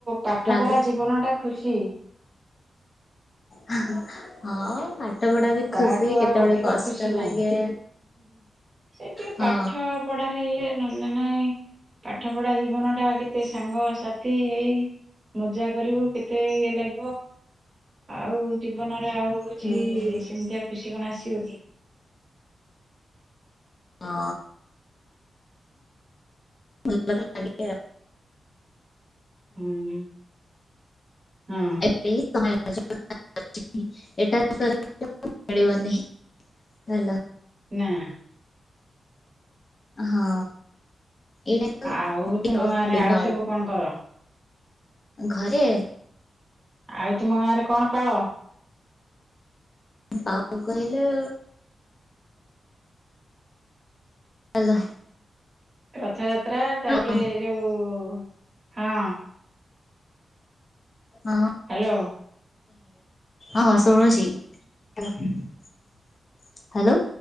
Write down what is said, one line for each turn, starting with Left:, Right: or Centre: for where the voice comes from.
Right: ପାଠ
Left: ଲାଗୁଛି।
Right: ପଢା ଜୀବନ ଟା ଖୁସି।
Left: ହଁ ପା ପାଠପଡା ବି
Right: ତାଠୁ
Left: ଖୁସି କେତେବେଳେ
Right: ଆଉ ଅଧିକ
Left: କଷ୍ଟ
Right: ଖୁସି ନାହିଁ।
Left: ଲାଗେ।
Right: ସେ ଟିକେ
Left: ହଁ।
Right: ପାଠ ପଢାରେ ଇଏ ନହେଲେ ନାଇ। ପାଠ ପଢା ଜୀବନ ଟା କେତେ ସାଙ୍ଗ ସାଥି ହେଇ। ମଜା କରିବୁ କେତେ ଇଏ ଲାଗିବ ଆଉ ଜୀବନରେ ଆଉ। ହଉଚି
Left: ହୁଁ
Right: ସେମିତିଆ ଖୁସି କଣ ଆସିବ କି।
Left: ହଁ। ଭ ଲାଗେ ଆଉ।
Right: ହୁଁ ହଁ।
Left: ଏହି ସମୟ <unintelligible> ଏଟା <unintelligible> ମିଳିବନି ହେଲୋ।
Right: ନା।
Left: ହଁ ଏଇଟା
Right: ଆଉ ତୁମ
Left: ତ
Right: ଗାଁରେ
Left: ଦିନ
Right: ଆଉ ସବୁ କଣ କର।
Left: ଘରେ।
Right: ଆଉ ତୁମ ଗାଁରେ କଣ ପାଳ।
Left: ପାଉ କହିଲେ ଅଲୋ।
Right: ରଥଯାତ୍ରା ତାପରେ
Left: ହଁ
Right: ଯୋଉ ହଁ।
Left: ହଁ।
Right: ହ୍ୟାଲୋ।
Left: ହଁ ଶୁଣୁଛି ହ୍ୟାଲୋ।